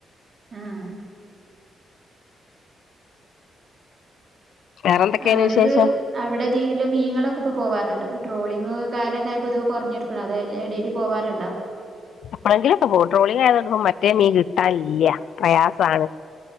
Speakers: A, on the right; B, on the left.
A: ആഹ്
B: വേറെ എന്തൊക്കെയാണ്
A: അവിടൊര്ത്
B: വിശേഷം
A: അവിടതീല് മീനുങ്ങളൊക്കെ ഇപ്പോ പോവാറ്ണ്ട് പൊട്രോളിങ് കാര്നക്കാരപത് കൊർ ഞ്ഞി ഴതെല്ലേ ടേല് പോവാറ്ണ്ട
B: പ്ലേളേങ്കിലൊക്കൊ പോവു ട്രോളിങായതോണ്ട്പൊ മറ്റേ മീ കിട്ടാൻ ല്യ പ്രയാസാണ്